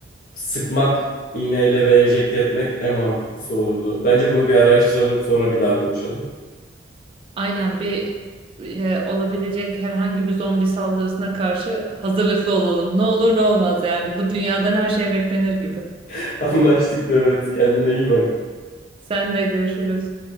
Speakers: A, on the left (about 50°); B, on the right (about 30°).
A: sıkmak iğneyle ve enjekte etmek en mantıklısı olurdu. Bence bunu bir araştıralım sonra bir daha konuşalım.
B: Aynen bir e, olabilecek herhangi bir zombi saldırısına karşı hazırlıklı olalım. Ne olur ne olmaz yani. Bu dünyadan her şey beklenir gibi.
A: <laughs> Anlaştık Demet. Kendine iyi bak.
B: Sen de görüşürüz.